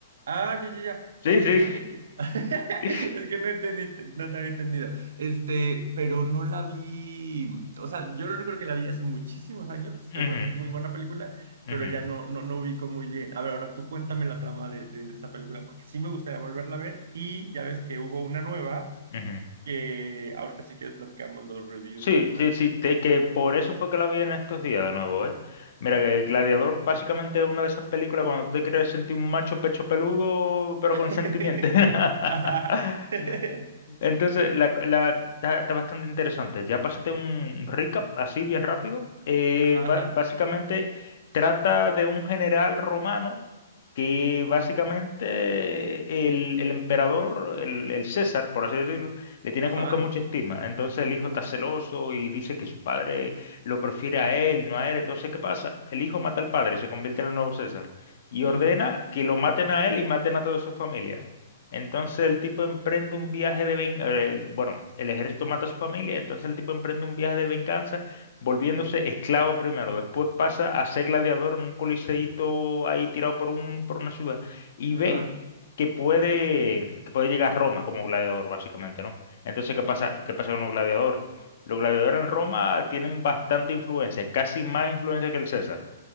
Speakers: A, on the right (about 70°); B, on the left (about 60°).
A: Ah, ya, ya, ya. Sí,
B: Sí, sí.
A: fíjate que <laughs>
B: <laughs>
A: es que no entendiste, no te había entendido. Este, pero no la vi, o sea, yo recuerdo que la vi hace muchísimos años, recuerdo
B: Ujú,
A: que es muy buena película, pero
B: ujú,
A: ya no, no, no ubico muy bien. A ver, ahora tú cuéntame la trama de, de esa película, porque sí me gustaría volverla a ver y ya ves que hubo una nueva
B: ujú.
A: que ahorita si quieres platicamos los reviews
B: Sí,
A: de esa.
B: sí, sí, te- que por eso fue que la vi en estos días de nuevo, ¿eh? Mira, que Gladiador básicamente es una de esas películas cuando tú te quieres sentir un macho pecho peludo, pero
A: <laughs>
B: con sentimiento. <laughs>
A: Ajá, <laughs>
B: Entonces, la, la- está, está bastante interesante. Ya pásate un recap así bien rápido. Eh,
A: ajá,
B: ba- básicamente trata de un general romano que básicamente el, el emperador, el el César, por así decirlo, le tiene
A: ajá,
B: como que mucha estima. Entonces el hijo está celoso y dice que su padre lo prefiere a él, no a él. Entonces, ¿qué pasa? El hijo mata al padre, se convierte en el nuevo César y
A: ajá,
B: ordena que lo maten a él y maten a toda su familia. Entonces el tipo emprende un viaje de venganza, bueno, el ejército mata a su familia, entonces el tipo emprende un viaje de venganza volviéndose esclavo primero, después pasa a ser gladiador en un coliseíto ahí tirado por un, por una ciudad y ve
A: ajá,
B: que puede, que puede llegar a Roma como gladiador, básicamente, ¿no? Entonces, ¿qué pasa? ¿Qué pasa con los gladiadores? Los gladiadores en Roma tienen bastante influencia, casi más influencia que el César,